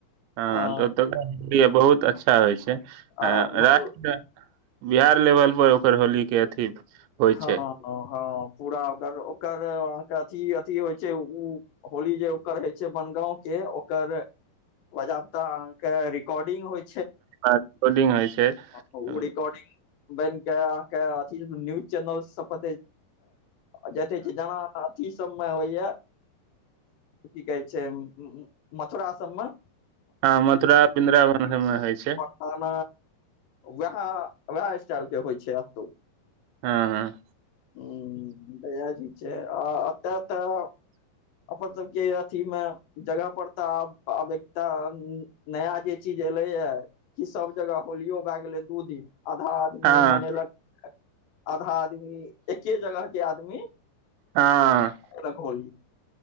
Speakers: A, on the right; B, on the left.
A: तत
B: हँ
A: <unintelligible> बहुत अच्छा होइ छय राष्ट्र
B: आ मतलब
A: बिहार लेवल पर ओकर होली के अथी होइ
B: हँ
A: छै
B: हँ पूरा ओ ओकर अहाँके अथि अथि होइ छै ओ होली जे ओकर होइ छय बनगाँव के ओकर बजाता अह के रिकॉर्डिंग होइ
A: होर्डिंग होइ छै
B: ओ
A: हँ
B: रिकॉर्डिंग बैन कय अथि न्यूज चैनल स तऽ ज तऽ जे जनाथ सबमे होइ या की कहै छय मथुरा सबमे
A: हँ मथुरा पिन्दरा ब समय हो छय <unintelligible>
B: बखान वएह वएह स्टाइल के होइ छय एतहु
A: हँ हँ
B: ह तऽयज छय आ अत तऽ अपर सबके अथी में जगह परता आब एकटा नया जे चीज एले ये कि सब जगह होलियो भए गेले दू दिन आधा आदमी
A: हँ
B: मनेलक आधा आदमी एके जगह के आदमी
A: हँ
B: एकरा कहली